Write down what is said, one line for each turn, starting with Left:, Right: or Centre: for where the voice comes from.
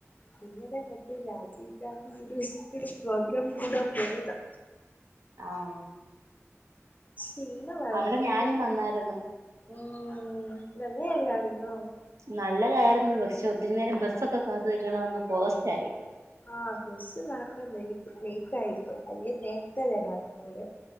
Left: പിന്നടെ മറ്റേ രാജീവ് ഗാന്ധി യൂണിവേഴ്സിറ്റിടെ പ്രോഗ്രാം കൂടാൻ പോയതാ
Right: ആന്നോ
Left: ക്ഷീണവരുന്നല്ലേടി
Right: അവിടെ ഞാനും വന്നായിരുന്നു
Left: ഉം നല്ലേഅല്ലാരുന്നോ
Right: നല്ലതായിരുന്നു പക്ഷെ ഒത്തിരി നേരം ബസ്സൊക്കെ കാത്ത്കിട്ടണന്ന് പോസ്റ്റ്‌ ആയി
Left: ആഹ ബസ്സ് കാരണം ലേറ്റ് ലേറ്റ് ആയിപോയി അല്ലേ നേരത്തെ വരാരുന്നല്ലേ